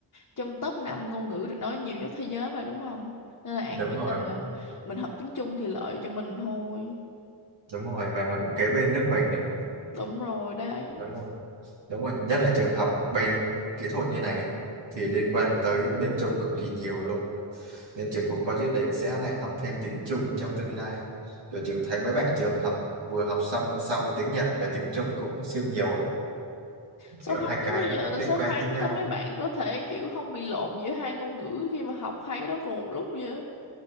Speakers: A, on the left; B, on the right.
A: trong top 5 ngôn ngữ được nói nhiều nhất thế giới mà đúng không? Nên là An
B: Đúng
A: nghĩ
B: rồi,
A: là mình học tiếng Trung thì lợi cho mình thôi.
B: đúng rồi và nó cũng kế bên nước mình nữa.
A: Đúng rồi đấy.
B: Đúng rồi. Đúng rồi, nhất là trường học bên kỹ thuật như này á, thì liên quan tới bên Trung cực kỳ nhiều luôn. nên trường cũng có dự định sẽ là học thêm tiếng Trung trong tương lai kiểu trường thấy mấy bạn trường học vừa học song song tiếng Nhật và tiếng Trung cũng siêu nhiều ấy
A: Số
B: kiểu
A: 2
B: hai cái
A: quá
B: nó
A: giờ,
B: cũng liên
A: số
B: quan
A: 2
B: tới nhau
A: sao mấy bạn có thể kiểu không bị lộn giữa hai ngôn ngữ khi mà học hai cái đó cùng một lúc vậy?